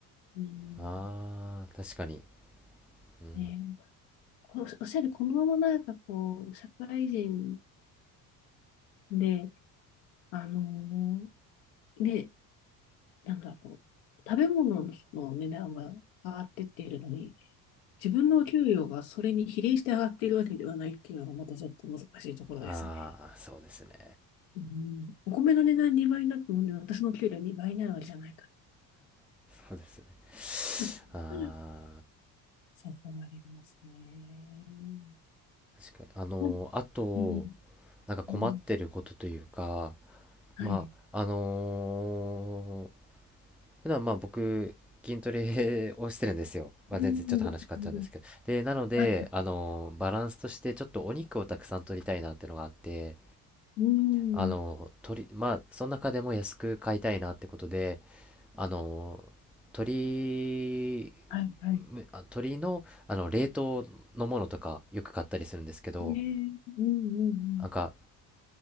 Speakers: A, on the left; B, in the centre.
A: うん。
B: ああ、確かに。うーん。
A: ねこのおっしゃる、このままなんかこう、社会人で、あの、で、なんだろう、食べ物の値段は上がってってるのに、自分のお給料がそれに比例して上がっているわけではないっていうのがまたちょっと難しいところですね。
B: ああ、そうですね。
A: うん、お米の値段2倍になったので、私の給料2倍になるわけじゃないか
B: そうですね。
A: ら。<laughs>
B: ああ、
A: そうなりますね。
B: 確かに。あのー、
A: うん、
B: あと、
A: うん、
B: なんか困ってることというか、
A: うん、はい。
B: まあ、あのー普段まあ僕筋トレをしてるんですよ、まあ、
A: うん、
B: 全然ちょっと話変わっちゃうんですけどでなのであのバランスとしてちょっとお肉をたくさん取りたいなってのがあって
A: うん、はい、うん、
B: あの取りまあその中でも安く買いたいなってことであの鶏
A: はい、はい。
B: むあ鶏の、あの冷凍のものとかよく買ったりするんですけど
A: ねえ、うん、うん、
B: なんか